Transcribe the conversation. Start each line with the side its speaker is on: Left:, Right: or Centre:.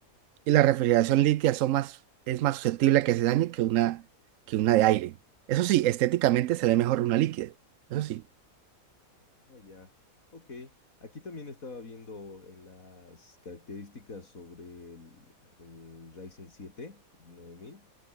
Right: y la refrigeración líquida son más, es más susceptible a que se dañe que una, que una de aire. Eso sí, estéticamente se ve mejor una líquida. Eso sí.
Left: Ah, ya, ok. Aquí también estaba viendo en las características sobre el, el Ryzen 7 9000